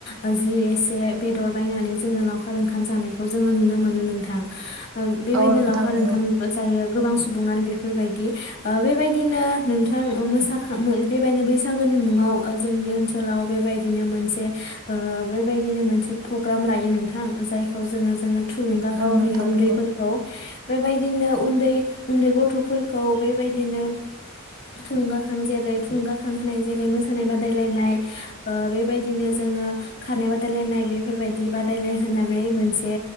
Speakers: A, on the left; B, on the right.
A: ओ‌ज जि एसे बेदर बायनानै जोङो लावखार ओंखाम जानायखौ जोङो नुनो मोनो नोंथां ओ बेबायदि
B: औ नोंथां
A: लावखार
B: नंगौ
A: ओंखामबो जायो गोबां सुबुङानो बेफोरबायदि ओ बेबायदिनो नोंथां मोसाखां बेबायदिनो बैसागोनि मुङाव जोंनि ओनसोलाव बेबायदिनो मोनसे ओ बेबायदिनो मोनसे पग्राम लायो नोंथां जायखौ जोङो जोङो थुलुंगाखांहयो
B: औ नोंथां
A: उन्दैफोरखौ
B: नंगौ
A: बेबायदिनो उन्दै उन्दै गथ गथफोरखौ बेबायदिनो थुलुंगाखां जेरै थुलुंगाखां होनाय जेरै मोसानाय बादायलायनाय ओ बेबायदिनो जों जोङो खारनाय बादायलायनाय बेफोरबायदि बादायलाय होनानै मोनसे